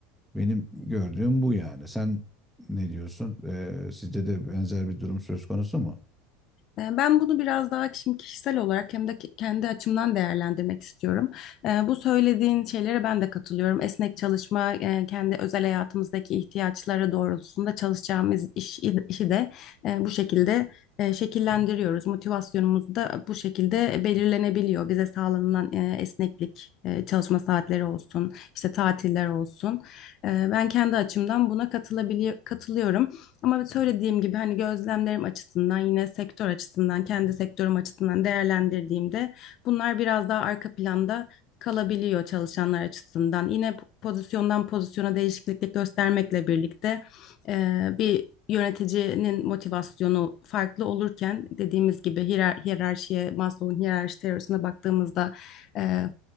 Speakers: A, in the centre; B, on the left.
A: Benim gördüğüm bu yani. Sen ne diyorsun? E, sizde de benzer bir durum söz konusu mu?
B: E, Ben bunu biraz daha şimdi kişisel olarak hem de ke- kendi açımdan değerlendirmek istiyorum. E, Bu söylediğin şeylere ben de katılıyorum. Esnek çalışma, e, kendi özel hayatımızdaki ihtiyaçlara doğrultusunda çalışacağımız iş, işi de e, bu şekilde e, şekillendiriyoruz. Motivasyonumuz da bu şekilde belirlenebiliyor. Bize sağlanılan e, esneklik, e, çalışma saatleri olsun, işte tatiller olsun. E, Ben kendi açımdan buna katılabili- katılıyorum. Ama evet, söylediğim gibi hani gözlemlerim açısından yine sektör açısından kendi sektörüm açısından değerlendirdiğimde bunlar biraz daha arka planda kalabiliyor çalışanlar açısından. Yine pozisyondan pozisyona değişikliklik göstermekle birlikte e, bir yöneticinin motivasyonu farklı olurken dediğimiz gibi hiyer hiyerarşiye Maslow'un hiyerarşi teorisine baktığımızda e,